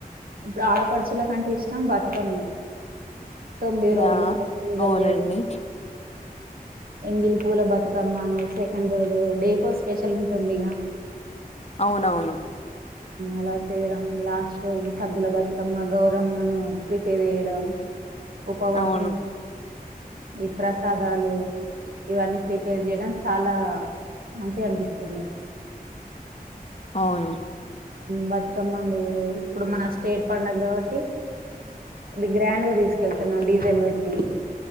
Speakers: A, on the right; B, on the left.
A: ఇప్పుడు ఆడపడుచుల కంటే ఇష్టం బతుకమ్మే తొమ్మిది
B: యా
A: రోజుల పూజలు
B: అవునండి
A: చేయడం ఎంగిలి పూల బతుకమ్మ అని సెకండ్ రోజు డేకో స్పెషల్ ఉంటుంది ఇక
B: అవునవును
A: అలా చేయడం లాస్ట్ రోజు సదుల బతుకమ్మ గౌరమ్మను ప్రిపేర్ చేయడం ఉపవాసం
B: అవును
A: ఈ ప్రసాదాలు ఇవన్నీ ప్రిపేర్ చేయడం చాలా మంచిగ అనిపిస్తుంది
B: అవును
A: బతుకమ్మందు ఇప్పుడు మన స్టేట్ పడుగ కాబట్టి అది గ్రాండ్ గా తీసుకు కళ్తాను డీజెల్ పెట్టి